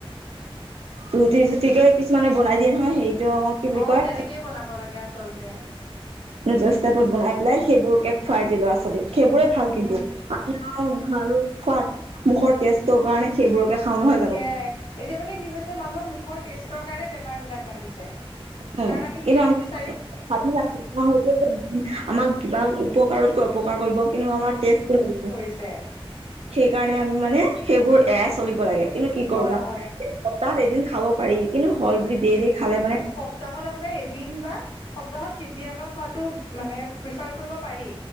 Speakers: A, on the right; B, on the left.
A: ৰুটি-চুটিকে কিছুমানে বনাই দিয়ে নহয়, সেইটো কি বুলি
B: অ
A: কয়?
B: তেনেকেই বনাব লাগে আচলতে
A: নজৰ ষ্টাইপত বনাই পেলাই সেইবোৰকে খুৱাই দিয়ে ল'ৰা-ছোৱালীক। সেইবোৰে ভাল
B: উম
A: কিন্তু, আমি ভাল সোৱাদ মুখৰ টেষ্টৰ কাৰণে সেইবোৰকে খাওঁ নহয় জানো
B: সেয়াই এতিয়া মানে কি হৈছে, মানুহৰ মুখৰ টেষ্টৰ কাৰণে বেমাৰ বিলাক বাঢ়িছে।
A: উম
B: কাৰণ আমি
A: কিন্তু
B: টেজ বিচ
A: ভাবি আছো, আমাৰ সেইটো যে আমাক কিবা উপকাৰতকৈ অপকাৰ কৰিব, কিন্তু আমাৰ তে <unintelligible>
B: পিছে
A: সেইকাৰণে আমি মানে সেইবোৰ এৰাই চলিব লাগে, কিন্তু কি
B: হয়
A: কৰিবা
B: হয়
A: এই সপ্তাহত এদিন খাব পাৰি, কিন্তু হ'ল বুলি ডেইলি খালে মানে
B: প্তাহত আপোনাৰ এদিন বা সপ্তাহত কেতিয়াবা খোৱাটো মানে প্ৰফাৰ কৰিব পাৰি।